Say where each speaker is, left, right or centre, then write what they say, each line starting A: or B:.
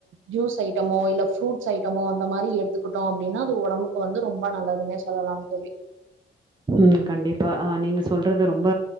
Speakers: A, on the right; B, on the right.
A: ஜூஸ் ஐட்டமோ இல்ல ஃப்ரூட் ஐட்டமோ அந்த மாரி எடுத்துக்கிட்டோ அப்டின்னா அது ஒடம்புக்கு வந்து ரொம்ப நல்லதுன்னே சொல்லலாம் தோழி
B: ம் கண்டிப்பா அ நீங்க சொல்றது ரொம்ப